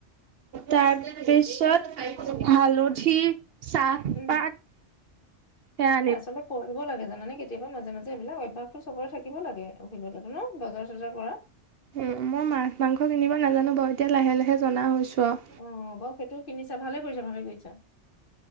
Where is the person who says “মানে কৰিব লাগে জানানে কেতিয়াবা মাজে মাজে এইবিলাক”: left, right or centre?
Left